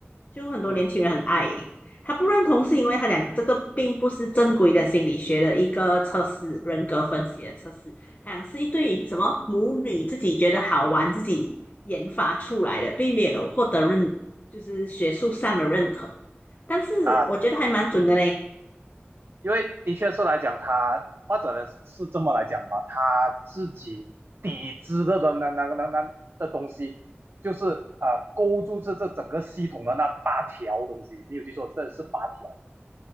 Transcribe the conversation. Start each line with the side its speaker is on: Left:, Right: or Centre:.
Left: 就很多年轻人很爱。
Right: 嗯
Left: 他不认同是因为他讲这个并不是正规的心理学的一个测试，人格分析的测试，好像是一对什么母女自己觉得好玩，自己研发出来的，并没有获得认，就是学术上的认可。但是我觉得还蛮准的嘞，
Right: 啊，嗯。因为的确是来讲，他或者呢是这么来讲吧，他自己底制的的那那那那的东西，就是呃勾住这这整个系统的那八条东西，没有记错，这是八条。